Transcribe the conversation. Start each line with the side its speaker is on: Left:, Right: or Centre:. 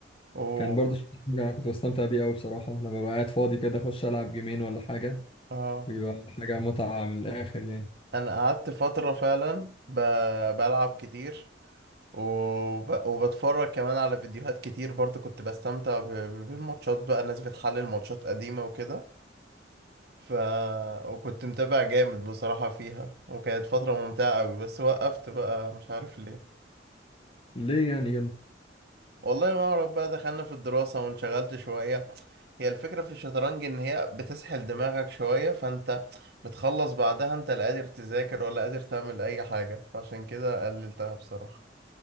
Right: اوه
Left: كان برضه شطرنج انا كنت بستمتع بيه قوي بصراحة لما ببقى قاعد فاضي كده اخش العب جيمين ولا حاجة
Right: اه
Left: بيبقى حاجة متعة من الآخر يعني
Right: انا قعدت فترة فعلا ب- بلعب كتير وب... وبتفرج كمان على فيديوهات كتير برضه كنت بستمتع ب... ب- بالماتشات بقى ناس بتحلل ماتشات قديمة وكده ف وكنت متابع جامد بصراحة فيها وكانت فترة ممتعة قوي بس وقفت بقى مش عارف ليه
Left: ليه يعني يلا
Right: والله ما اعرف بقى دخلنا في الدراسة وانشغلت شوية هي الفكرة في الشطرنج ان هي بتسحل دماغك شوية فانت بتخلص بعدها انت لا قادر تذاكر ولا قادر تعمل اي حاجة فعشان كده قللتها بصراحة